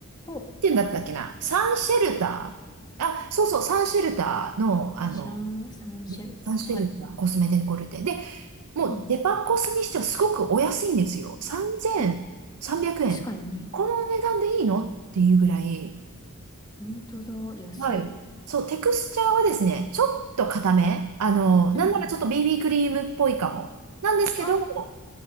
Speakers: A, on the left (about 20°); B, on the right (about 85°).
A: お、
B: て言うんだったっけなサンシェルターあ、そうそう、サンシェルターの、あの、
A: シャン、サンシェルト。
B: ねサンシェルター、
A: はい。
B: コスメデコルテ。で、もうデパコスにしてはすごくお安いんですよ。
A: うん。
B: 3300円。
A: え、確かに
B: この値段でいいのっていうぐらい、
A: 本当だ。安い。
B: はい。そう、テクスチャーはですね、ちょっと硬め。あの、
A: うんうん。
B: なんならちょっと BB クリームっぽいかも。なんですけど、
A: あ
B: こ